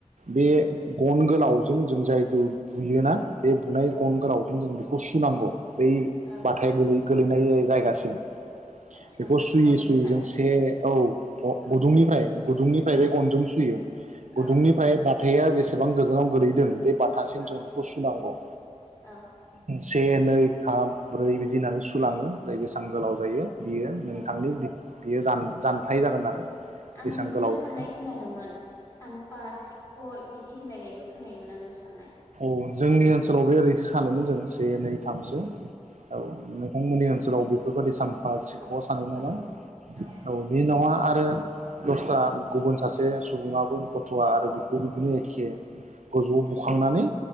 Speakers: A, on the right (about 75°); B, on the left (about 25°).
A: बे
B: उम
A: गन गो लावजों जों जायखौ बुयोना बे बुनाय
B: औ
A: गन गोरावजों जों बेखौ ग सुनांग बै
B: औ
A: बाथाया गोलै गोलैनाय जायगासिम
B: आदसा
A: बेखौ सुयै
B: गननिफ्राय
A: सुयै जों से ओउ ग-गदुंनिफ्राय
B: औ
A: गुदुंनिफ्राय
B: औ
A: बे गनजों सुयो गुदुंनिफ्राय
B: औ
A: बा थाया जेसेबां गोजानाव गोलैदों बे बाथासिम
B: औ
A: जों बेखौ सुनांगौ
B: औ
A: से नै थाम- ब्रै बिदि होननानै सुलाङो। जाय जेसां
B: औ
A: गोलाव जायो बियो
B: औ
A: नोंथांनि बि बियो जान जानथाय जागोन आरो।
B: आं
A: बेसेबां
B: बिदिबो
A: गोलाव
B: साननाय
A: जायो
B: खोनादोंमोन सानफा सिबखय बिदि होनलायनायबो खोनायोमोन आङो सा होननाय।
A: ओउ जोंनि ओनसोलाव बे ओरैसो सानोमोन जों से। से नै थामसो औ नोंथांमोननि ओ सोलाव बेफोरबादिसो सामफा सिख
B: औ
A: सानो नामा
B: औ औ
A: ओउ बि नावा आरो दस्रा गुबुन सासे सु सुबुङाबो गथ'वा आरो बि ग बिदिनो एखे गजौ बु
B: उम
A: हखांनानै